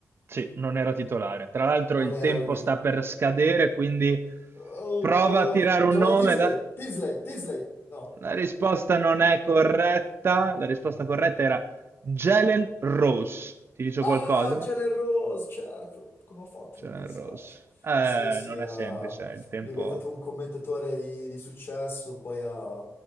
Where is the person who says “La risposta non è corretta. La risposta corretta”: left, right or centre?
Right